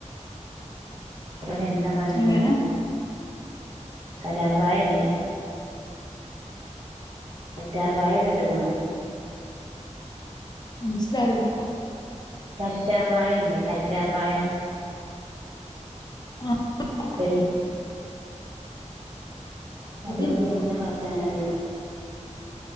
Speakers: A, on the right (about 60°); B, on the left (about 35°).
A: എണ്ണ ഉണ്ടാക്കാൻ
B: എങ്ങനെ
A: അറിയൂ കാറ്റാർ വാഴല്ലേ കറ്റാർവാഴ കേട്ടുകുണോ
B: മനസ്സിലാവില്ല
A: കറ്റാർ വാഴ ഇല്ലേ കറ്റാർ വാഴ
B: <inaudible>
A: <unintelligible>
B: പൊതിണ്ട്
A: അതുകൊണ്ട് എണ്ണ കാച്ചാൻ അറിയോ